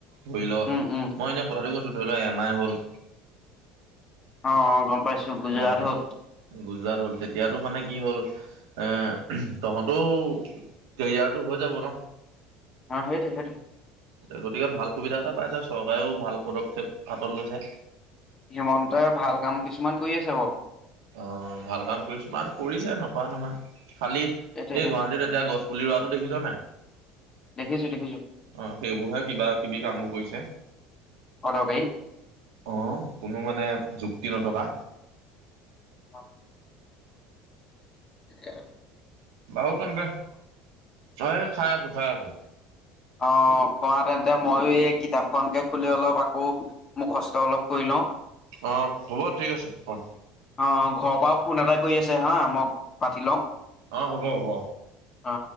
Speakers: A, on the right; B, on the left.
A: ধৰি ল
B: উম উম
A: মই এনেই কথাটো কৈছো ধৰি ল এমাহ হ'ল।
B: অঁ অঁ গম পাইছো, গুজৰাট
A: অ তেতিয়া
B: হ'ল।
A: গুজৰাট হ'ল তেতিয়াতো মানে কি হ'ল এঁ তহঁতও- কেৰিয়াৰটো হৈ যাব ন।
B: অঁ সেইটো সেইটো।
A: গতিকে, ভাল সুবিধা এটা পাইছে চৰকাৰেও ভাল পদক্ষেপ হাতত লৈছে।
B: হিমন্তই ভাল কাম কিছুমান কৰি আছে বাৰু।
A: অঁ' ভাল কাম কিছুমান কৰিছে নকৰা নহয়। খালি এই
B: সেইটোৱে সেইটোৱে
A: গুৱাহাটীত এতিয়া গছ- পুলি ৰোৱাটো দেখিছ নাই।
B: দেখিছো দেখিছো।
A: অঁ' সেইবোৰহে কিবা কিবি কামবোৰ কৰিছে।
B: অদৰকাৰি।
A: অঁ কোনো মানে যুক্তি নথকা।
B: অঁহ' এয়া।
A: বাও তেন্তে, সেই খাই আছো খাই আছো।
B: অঁ' পঢ়া তেন্তে মইয়ো এই কিতাপখনকে খুলি অলপ আকৌ- মুখস্ত অলপ কৰি লওঁ।
A: অঁ হ'ব ঠিক আছে, পৰ।
B: অঁ' ঘৰৰ পৰাও ফোন এটা কৰি আছে হাঁ মই পাতি লওঁ।
A: অ হ'ব হ'ব।
B: অ